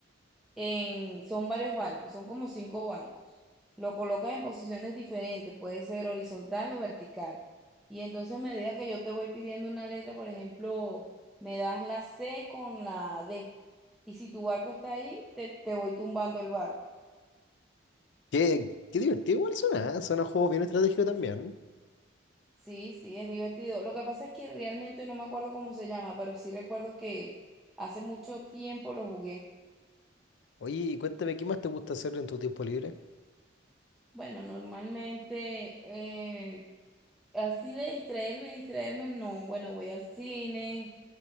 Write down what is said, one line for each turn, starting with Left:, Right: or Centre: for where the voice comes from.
Centre: en, son varios barcos, son como cinco barcos. Lo colocas en posiciones diferentes, puede ser horizontal o vertical. Y entonces a medida que yo te voy pidiendo una letra, por ejemplo, me das la C con la D. Y si tu barco está ahí, te, te voy tumbando el barco.
Left: Qué, qué divertido igual suena, ¿eh? Suena un juego bien estratégico también.
Centre: Sí, sí, es divertido. Lo que pasa es que realmente no me acuerdo cómo se llama, pero sí recuerdo que hace mucho tiempo lo jugué.
Left: Oye, y cuéntame, ¿qué más te gusta hacer en tu tiempo libre?
Centre: Bueno, normalmente eh, Así de distraerme, distraerme, no. Bueno, voy al cine,